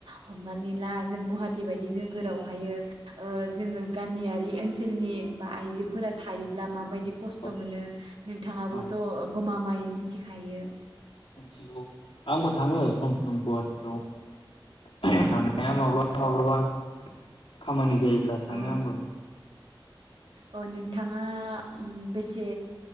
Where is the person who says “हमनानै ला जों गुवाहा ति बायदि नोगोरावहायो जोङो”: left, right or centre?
Right